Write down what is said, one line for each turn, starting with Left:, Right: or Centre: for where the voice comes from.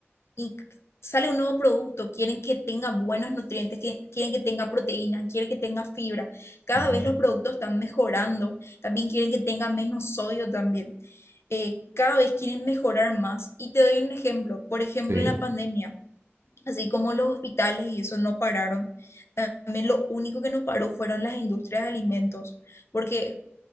Left: y sale un nuevo producto, quieren que tenga buenos nutrientes, que, quieren que tenga proteína, quieren que tenga fibra. Cada
Right: Ujú,
Left: vez
Right: ujú,
Left: los productos están mejorando, también quieren que tenga menos sodio también. Eh, cada vez quieren mejorar más. Y te doy un ejemplo, por ejemplo,
Right: Sí,
Left: en la pandemia. Así como los hospitales y eso no pararon, también lo único que no paró fueron las industrias de alimentos, porque